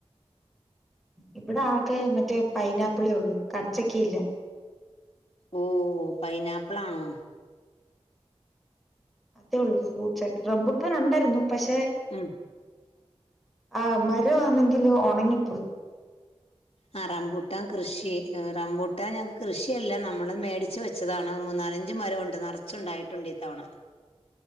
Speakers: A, in the centre; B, on the left.
A: ഇവിടാകെ മറ്റേ പൈനാപ്പിളേള്ളൂ കടച്ചക്കെല്ല
B: ഓഹോ പൈനാപ്പിളാണോ
A: അതെള്ളൂ ഫ്രൂട്ട്സായിട്ട് റെംബൂട്ടാനുണ്ടായിരുന്നു പക്ഷെ
B: ഉം
A: ആഹ് മരോന്നെങ്കിൽ ഒണങ്ങിപ്പോയി
B: ആ റംമ്പൂട്ടാൻകൃഷി റമ്പൂട്ട ഞങ്ങക്ക് കൃഷിയല്ല നമ്മള്മേടിച്ച് വെ ച്ചതാണ് മൂന്നാലഞ്ച്മരവോണ്ട് നറച്ചുണ്ടായിട്ടുണ്ട് ഇത്തവണ